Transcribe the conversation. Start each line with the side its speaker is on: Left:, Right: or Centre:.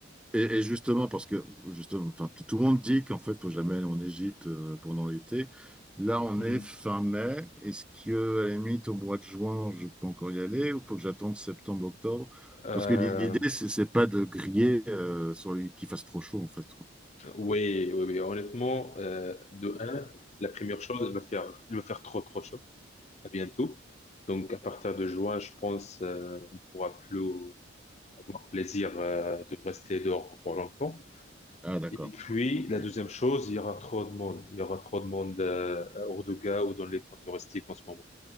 Centre: et justement, parce que justement, enfin, tout tout le monde dit qu'en fait, il faut jamais aller en Égypte euh, pendant l'été. Là, on
Left: Mhm.
Centre: est fin mai. Est-ce que, à la limite, au mois de juin, je peux encore y aller ou faut que j'attende septembre, octobre?
Left: Euh,
Centre: Parce que l'i- l'idée, c'est c'est pas de griller euh, sur les- qu'il fasse trop chaud, en fait. quoi.
Left: oui, oui, oui, honnêtement, euh, de un, la première chose, elle va faire, elle va faire trop, trop chaud, à bientôt. Donc, à partir de juin, je pense, euh, on pourra plus, avoir plaisir euh, de rester dehors pour longtemps.
Centre: Ah, d'accord.
Left: Et puis,
Centre: Ok,
Left: la deuxième chose, il y aura trop de monde. Il y aura trop de monde euh, à Hurghada ou dans les coins touristiques en ce moment.